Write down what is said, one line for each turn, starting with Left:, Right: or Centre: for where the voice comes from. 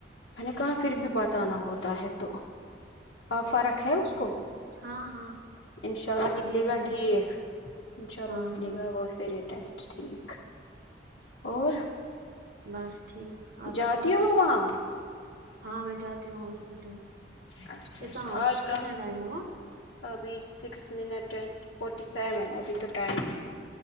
Left: میں نے کہاں پھر بھی بتانا ہوتا ہے تو فرق ہے اس کو
Right: ہاں ہاں
Left: انشاء اللہ نکلے
Right: اب یہی
Left: گا
Right: میں
Left: ٹھیک انشاء اللہ
Right: ہاں
Left: نکلے
Right: ہاں
Left: گا وہ فری ٹیسٹ ٹھیک اور
Right: بس ٹھیک آپ
Left: جاتی
Right: بتاؤ
Left: ہو وہا
Right: ہاں میں جاتی ہوں ہاسپٹل
Left: اچھا
Right: کتنا
Left: اچھا آج کا
Right: کتنا ٹائم ہوا
Left: ابھی سکس منٹ ٹ فورٹی سیون ابھی تو ٹائم ہے